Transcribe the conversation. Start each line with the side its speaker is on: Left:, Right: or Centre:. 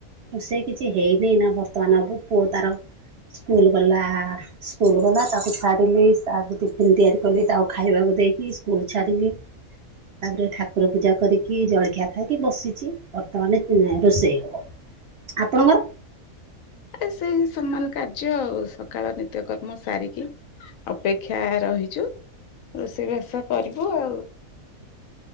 Right: ରୋଷେଇ କିଛି ହେଇନି ନା ବର୍ତ୍ତମାନ ହବ ପୁ-ପୁ-ପୁଅ ତାର ସ୍କୁଲ ଗଲା। ସ୍କୁଲ ଗଲା ତାକୁ ଛାଡିଲି ଆ ଟିଫିନ ତିଆରି କଲି ତାକୁ ଖାଇବାକୁ ଦେଇକି ସ୍କୁଲ ଛାଡ଼ିଲି। ତାପରେ ଠାକୁର ପୂଜା କରିକି ଜଳଖିଆ ଖାଇକି ବସିଛି। ବର୍ତ୍ତମାନ ରୋଷେଇ ହେବ। ଆପଣଙ୍କର?
Left: ଏ ସେଇ ସମାନ କାର୍ଯ୍ୟ ଆଉ। ସକାଳ ନିତ୍ୟକର୍ମ ସାରିକି ଅପେକ୍ଷା ରହିଛୁ ରୋଷେଇବାସ କରିବୁ ଆଉ।